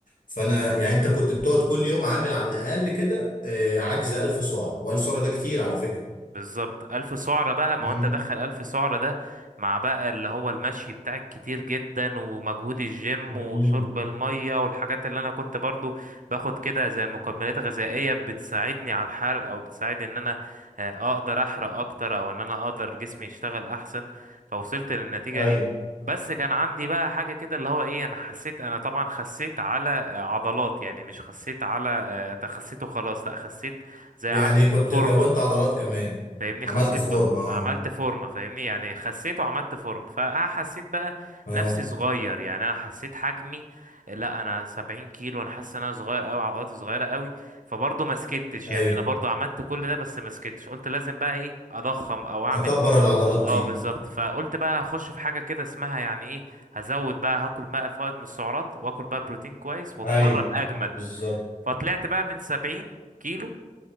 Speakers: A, on the left; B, on the right.
A: فانا يعني انت كنت بتقعد كل يوم عامل على الاقل كده آه، عجز 1000 سعر و1000 سعر ده كتير على فكره
B: بالظبط ألف سعرة بقى ما
A: امم
B: هو أنت دخل ألف سعرة ده مع بقى اللي هو المشي بتاعك كتير جدا ومجهود الجيم
A: امم
B: وشرب المية والحاجات اللي أنا كنت برضو باخد كده زي مكملات غذائية بتساعدني على الحرق أو بتساعد إن أنا آه، أقدر أحرق أكتر أو إن أنا أقدر جسمي يشتغل أحسن فوصلت للنتيجة
A: ايوه
B: دي بس كان عندي بقى حاجة كده اللي هو إيه أنا حسيت أنا طبعا خسيت على آه، عضلات يعني مش خسيت على آه، تخسيت وخلاص لأ خسيت زي
A: يعني
B: عارف
A: كنت
B: فورمة
A: كونت عضلات كمان
B: فاهمني
A: عملت
B: خسيت
A: فورمه
B: ب...
A: اه
B: عملت فورمه فاهمني يعني خسيت وعملت فورمه فحسيت بقى
A: اه
B: نفسي صغير يعني انا حسيت حجمي لا انا 70 كيلو انا حاسس ان انا صغير قوي عضلاتي صغيره قوي فبرضه ما سكتش
A: ايوه
B: يعني انا برضه عملت كل ده بس ما سكتش قلت لازم بقى ايه اضخم او اعمل
A: اكبر العضلات دي
B: اه بالظبط فقلت بقى هخش في حاجه كده اسمها يعني ايه هزود بقى هاكل بقى فائض من السعرات واكل بقى بروتين كويس واتمرن
A: ايوه
B: اجمد
A: بالظبط
B: فطلعت بقى من 70 كيلو